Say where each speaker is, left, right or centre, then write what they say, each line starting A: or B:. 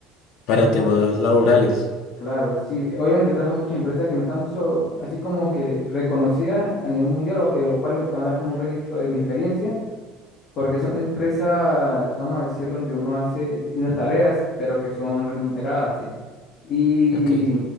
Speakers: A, on the left; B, on the left.
A: para temas laborales.
B: Claro, sí, eh, obviamente trabajo en muchas empresas que no están solo, así como que reconocidas a nivel mundial o que los cuales me puedan dar como un registro de mi experiencia porque son empresas, vamos a decir, donde uno hace distintas tareas, pero que son remuneradas, ¿sí? Y,
A: Ok,